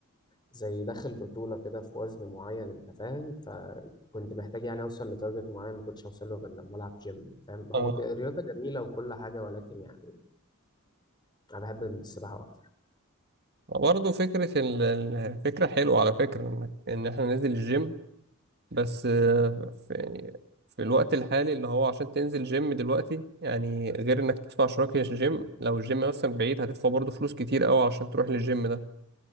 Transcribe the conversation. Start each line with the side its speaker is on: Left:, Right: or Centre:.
Left: زي داخل بطوله كده في وزن معين انت فاهم فكنت محتاج يعني اوصل لتارجت معين ما كنتش اوصل له غير لما العب جيم فاهم هو
Right: اه
Left: ك- رياضه جميله وكل حاجه ولكن يعني انا بحب السباحه اكتر
Right: برضه فكره ال- ال- الفكره حلوه على فكره انك ان احنا ننزل الجيم بس آه، في يعني في الوقت الحالي اللي هو عشان تنزل جيم دلوقتي يعني غير انك تدفع شراكة جيم لو الجيم مثلا بعيد هتدفع برضه فلوس كتير قوي عشان تروح للجيم ده